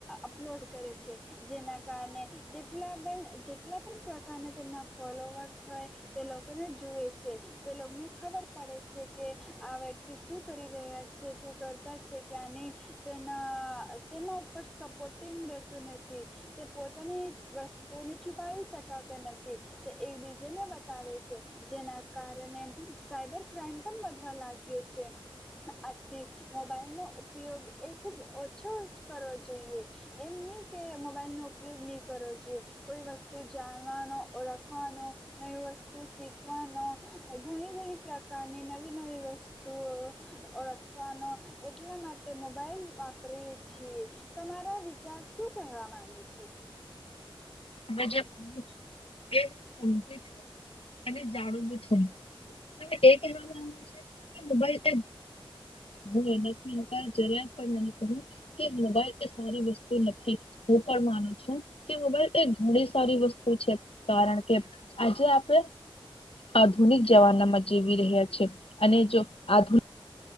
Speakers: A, in the centre; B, on the left.
A: અપલોડ કરે છે. જેના કારણે જેટલા પણ જેટલા પણ પ્રકારના તેમના ફોલોવર્સ હોય તે લોકોને જુએ છે, તે લોકોને ખબર પડે છે કે આ વ્યક્તિ શું કરી રહ્યા છે શું કરતા છે ક્યાં નહીં તેના તેના ઉપર સપોર્ટંગ રહેતું નથી, તે પોતાની વસ્તુને છુપાવી શકાતા નથી તે એકબીજાને બતાવે છે જેના કારણે સાયબર ક્રાઈમ પણ વધવા લાગ્યો છે. આ થી મોબાઈલનો ઉપયોગ એ ખૂબ ઓછો કરવો જોઈએ, એમ નહીં કે મોબાઈલનો ઉપયોગ નહીં કરવો જોઈએ કોઈ વસ્તુ જાણવાનો ઓળખવાનો નવી વસ્તુ શીખવાનો ઘણી ઘણી પ્રકારની નવી નવી વસ્તુઓ ઓળખ વાનો એટલા માટે મોબાઈલ વાપરીએ છીએ. તમારા વિચાર શું કહેવા માંગે છે?
B: તમે જો કહી છો એ હું સમજી છું અને જાણું ભી છું. એ કહેવા માંગે છે કે મોબાઈલ હું એના થી જરાએ પણને કહું કે મોબાઈલ એ સારી વસ્તુ નથી. હું પણ માનું છો કે મોબાઇલ એ ઘણી સારી વસ્તુ છે. કારણ કે આજે આપણે આધુનિક જવાના માં જીવી રહ્યા છીએ અને જો આધુ